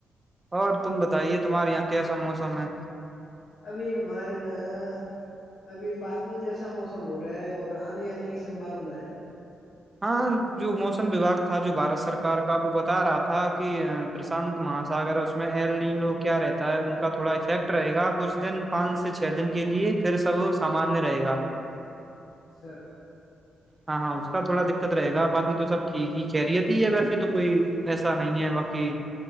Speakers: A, on the right; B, on the left.
A: اور تم بتائیے تمہارے یہاں کیسا موسم ہے
B: ابھی ہمارے یہاں ابھی بادل جیسا موسم ہو رہا ہے اور آندھی آنے کی سمبھاونا ہے
A: ہاں جو موسم وباگ تھا جو بھارت سرکار کا وہ بتا رہا تھا کہ پرشانت ماساگر اس میں ای لو کیا رہتا ہے ان کا تھوڑا افیکٹ رہے گا کچھ دن پانچ سے چھ دن کے لیے پھر سب سامانیہ رہے گا
B: اچھا
A: ہاں ہاں اس کا تھوڑا دقت رہے گا باقی تو سب ٹھیک ہی خریت ہی ہے ویسے تو کوئی ایسا نہیں ہے باقی